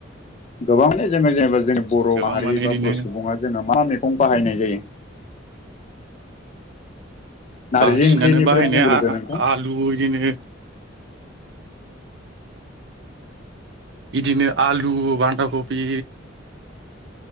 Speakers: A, on the left; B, on the right.
A: गोबांनो जोङो जेनेबा जों बर'
B: गोबां
A: माहारि
B: माने
A: बा
B: इदिनो
A: बर' सुबुं जोङो मा मैगं बाहायनाय जायो। नारजि
B: बांसिनानो
A: ओंख्रिनिफ्राय
B: बाहायनाया
A: बुंग्रोदो नोंथां
B: आलुनिनो बिदिनो आलु बान्दा कफि